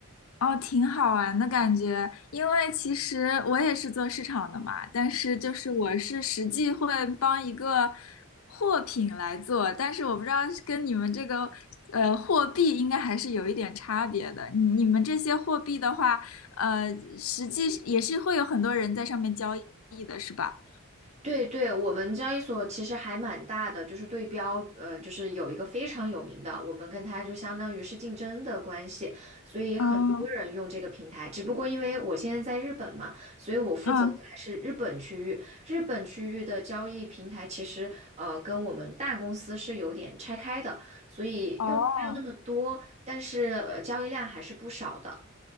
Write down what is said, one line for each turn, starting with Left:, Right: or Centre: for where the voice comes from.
Left: 哦，挺好玩的感觉，因为其实我也是做市场的嘛，但是就是我是实际会帮一个货品来做，但是我不知道跟你们这个呃货币应该还是有一点差别的。你你们这些货币的话，呃，实际也是会有很多人在上面交易的，是吧？
Right: 对对，我们交易所其实还蛮大的，就是对标，呃，就是有一个非常有名的，我们跟它就相当于是竞争的关系，所以很多人用这个平台。
Left: 嗯
Right: 只不过因为我现在在日本嘛，所以我负责的还是日本区域。
Left: 嗯，
Right: 日本区域的交易平台其实，呃，跟我们大公司是有点拆开的，所以用户没有那么多，
Left: 哦
Right: 但是，呃，交易量还是不少的。